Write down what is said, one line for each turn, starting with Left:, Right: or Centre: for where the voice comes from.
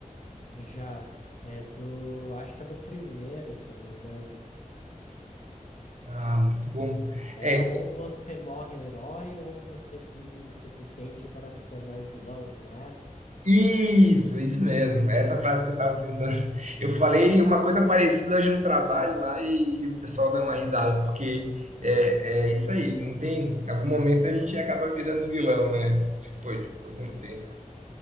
Left: Já é do, acho que é do primeiro, se eu não me engano.
Right: Ah, muito bom.
Left: É
Right: É,
Left: ou você morre herói ou você vive o suficiente para se tornar vilão, não é essa?
Right: isso, isso mesmo. É Essa frase que eu estava tentando. <laughs> Eu falei uma coisa parecida hoje no trabalho lá e, e o pessoal deu uma risada, porque é, é isso aí, não tem. Em algum momento a gente acaba virando vilão, né? Depois de algum
Left: Sim,
Right: tempo.